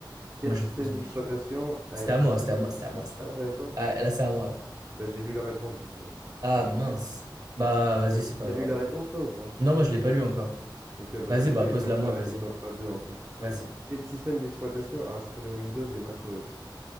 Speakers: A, on the right; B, on the right.
A: Quel
B: moi, je
A: système
B: vais te poser
A: d'exploitation
B: une question.
A: a
B: C'était à
A: inspiré...
B: moi, c'était à moi, c'était à moi, c'était
A: Ah,
B: à moi.
A: c'est à toi?
B: Ah, là, c'est à moi.
A: Bah, j'ai lu la réponse, du coup.
B: Ah,
A: Bon, attends.
B: mince. Bah, vas-y,
A: T'as
B: c'est pas
A: t'as
B: grave.
A: lu la réponse, toi, ou pas?
B: Non, moi, je l'ai pas lu encore.
A: Ok, bah,
B: Vas-y,
A: je la
B: bah,
A: fais
B: pose-la
A: et t'en feras,
B: moi, vas-y.
A: et t'en feras deux ensuite.
B: Vas-y.
A: Quel système d'exploitation a inspiré Windows et macOS?